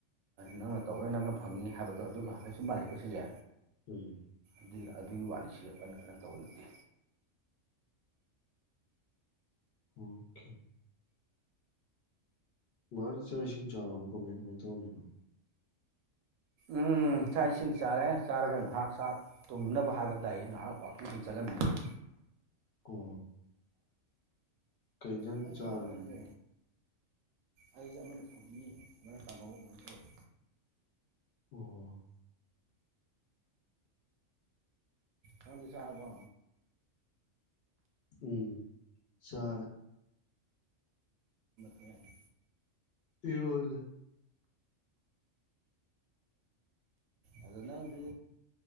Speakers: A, on the right; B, on the left.
A: ꯅꯪꯅ ꯇꯧ ꯅꯪꯅ ꯐꯪꯉꯤ ꯍꯥꯏꯕꯗꯣ ꯑꯗꯨꯒ ꯍꯥꯏꯁꯨ ꯃꯥꯥꯟꯅꯩꯀꯣ ꯁꯤꯁꯦ
B: ꯎꯝ
A: ꯑꯗꯨ ꯑꯗꯨꯒꯤ ꯋꯥꯅꯤ ꯆꯦꯞꯅ ꯀꯩꯅꯣ ꯇꯧꯕ ꯅꯠꯇꯦ
B: ꯑꯣꯀꯦ ꯃꯗꯤ ꯆꯁꯤꯡ ꯆꯥꯕ ꯀ ꯊꯅꯣ
A: ꯎꯝ ꯆꯥꯛ ꯏꯁꯤꯡ ꯆꯥꯔꯦ ꯆꯥꯔꯒ ꯉꯥꯏꯍꯥꯛ ꯆꯥꯛ ꯊꯨꯝꯅꯕ ꯍꯥꯏꯕ ꯇꯥꯏꯌꯦ ꯉꯥꯏꯍꯥꯛ ꯋꯥꯛꯀꯤꯡꯁꯤꯡ ꯆꯠꯂꯝꯃꯤꯅꯤꯅ
B: ꯀꯣ ꯀꯩꯖꯪ
A: ꯅꯪ
B: ꯆꯥꯔꯒꯦ
A: ꯆꯥꯔꯕꯣ ꯅꯪꯗꯤ ꯑꯩꯁꯦ ꯑꯃꯅ ꯊꯧꯅꯤꯡꯉꯤ ꯑꯃꯅ ꯇꯥꯡꯍꯧꯕ ꯑꯗꯨꯃꯥꯏꯅ ꯇꯧꯋꯤ
B: ꯑꯣ
A: ꯍ ꯆꯕ
B: ꯎꯝ ꯁꯥꯔꯦ
A: ꯌꯥꯔꯦ
B: ꯍꯂ
A: ꯑꯗꯨ ꯅꯪꯗꯤ